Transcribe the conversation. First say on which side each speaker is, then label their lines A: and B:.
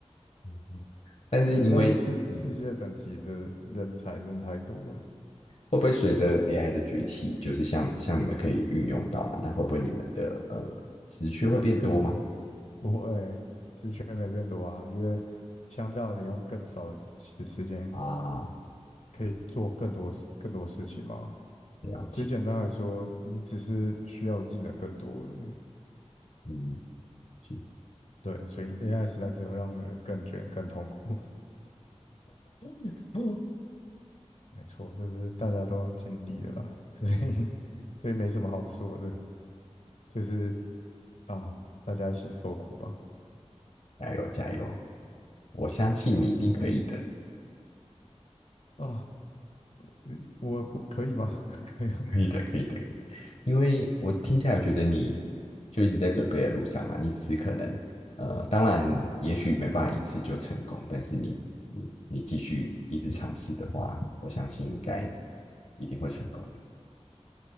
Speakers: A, on the left (about 70°); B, on the left (about 80°).
A: <laughs> 但是因为嗯，
B: 对，但是世世界等级的人才真的太多了，
A: 会不会随着 AI 的崛起，就是像像你们可以运用到嘛？那会不会你们的呃职缺会变多吗？
B: 更更不会，欸职缺没变多啊，因为相较你用更少的时时间
A: 啊，
B: 可以做更多事更多事情嘛，
A: 了解，
B: 所以简单来说，你只是需要的技能更多而已。
A: 嗯，了解
B: 对，所以 AI 时代只会让人更卷、更痛苦。
A: <laughs>
B: <laughs> 没错，这是大家都要尽力的啦，所以 <laughs> 所以没什么好说的，就是啊，大家一起受苦吧。
A: 加油加油，我相信你一定可以的。
B: 没错啊，呃我我可以吗？<laughs> 可以吗？
A: 可以的，可以的，可以的因为我听起来，我觉得你就一直在准备的路上啊。你只是可能，呃，当然，也许没办法一次就成功，但是你你你继续一直尝试的话，我相信应该一定会成功的。